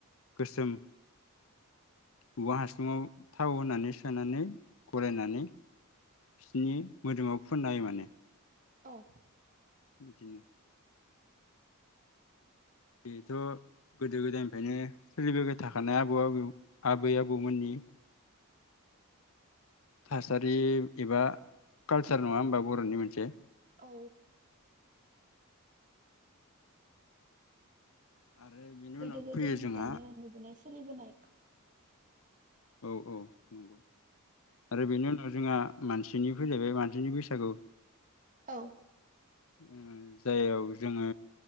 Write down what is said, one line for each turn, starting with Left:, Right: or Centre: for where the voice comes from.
Left: गोसोम। उवा हासुङाव थाव होनानै सोनानै गरायनानै बिनि मोदोमाव फोननाय हायो माने।
Right: औ
Left: बिदिनो बेथ' गोदो गोदायनिफ्रायनो सोलिबोबाय थाखानाय आबौ आबौ आबै आबौमोननि थासारि एबा कालसार नङा होमबा बर'नि मोनसे
Right: औ।
Left: आरो बेनि
Right: गोदो-
Left: उनाव
Right: गोदोनिफ्रायनो
Left: फैयो जोंहा
Right: नुबोनायसो सोलिबोनाय
Left: औ औ नंगौ। आरो बेनो ओ जोंआ मानसिनि फैलायबाय मानसिनि बैसागु
Right: औ
Left: उम जाययाव जोङो